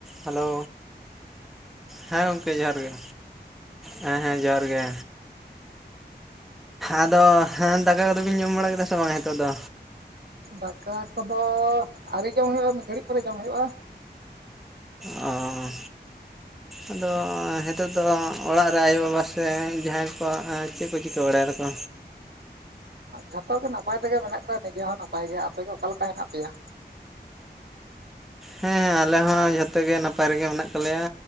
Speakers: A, in the centre; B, on the right.
A: Hello ᱦᱮᱸ ᱜᱚᱢᱠᱮ ᱡᱚᱦᱟᱨ ᱜᱮ ᱦᱮᱸ ᱦᱮᱸ ᱡᱚᱦᱟᱨ ᱜᱮ ᱟᱫᱚ ᱦᱮ ᱫᱟᱠᱟ ᱠᱚᱫᱚᱵᱤᱱ ᱡᱚᱢ ᱵᱟᱲᱟ ᱠᱮᱫᱟ ᱥᱮ ᱵᱟᱝ ᱱᱤᱛᱚᱜ ᱫᱚ
B: ᱫᱟᱠᱟ ᱠᱚᱫᱚ ᱟᱣᱨᱤ ᱡᱚᱢ ᱦᱩᱭᱩᱜ-ᱟ ᱢᱤᱫ ᱜᱷᱟᱹᱲᱤᱡ ᱯᱚᱨᱮ ᱡᱚᱢ ᱦᱩᱭᱩᱜ-ᱟ
A: ᱳ ᱟᱫᱚ ᱱᱤᱛᱚᱜ ᱫᱚ ᱚᱲᱟᱜ ᱨᱮ ᱟᱭᱳ ᱵᱟᱵᱟ ᱥᱮ ᱡᱟᱦᱟᱸᱭ ᱠᱚ ᱪᱮᱫ ᱠᱚ ᱪᱤᱠᱟᱹ ᱵᱟᱲᱟᱭ ᱫᱟᱠᱚ?
B: ᱡᱷᱚᱛᱚ ᱜᱮ ᱱᱟᱯᱟᱭ ᱛᱮᱜᱮ ᱢᱮᱱᱟᱜ ᱠᱚᱣᱟ ᱱᱤᱡᱮ ᱦᱚᱸ ᱱᱟᱯᱟᱭ ᱜᱮ ᱾ ᱟᱯᱮᱜᱮ ᱚᱠᱟ ᱞᱮᱠᱟ ᱦᱮᱱᱟᱜ ᱯᱮᱭᱟ?
A: ᱦᱮᱸ ᱟᱞᱮ ᱦᱚᱸ ᱡᱷᱚᱛᱚ ᱜᱮ ᱱᱟᱯᱟᱭ ᱨᱮᱜᱮ ᱢᱮᱱᱟᱜ ᱠᱟᱜ ᱞᱮᱭᱟ,